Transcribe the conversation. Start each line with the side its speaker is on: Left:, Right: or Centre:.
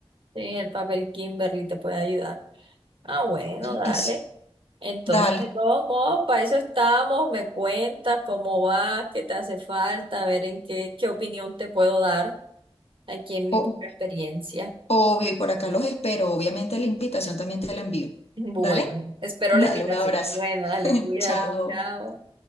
Right: Sí, el papel Kimberly te puede ayudar. Ah, bueno, dale.
Left: Es,
Right: Entonces,
Left: dale.
Right: de todos modos, para eso estamos. Me cuentas cómo va, qué te hace falta, a ver en qué, qué opinión te puedo dar aquí en mi
Left: O-
Right: propia experiencia. <laughs>
Left: Obvio, y por acá los espero. Obviamente la invitación también te la envío.
Right: Bueno,
Left: Dale,
Right: espero
Left: <laughs> dale
Right: la invitación.
Left: un abrazo.
Right: Bueno, dale,
Left: <laughs>
Right: cuídate,
Left: Chao.
Right: chao.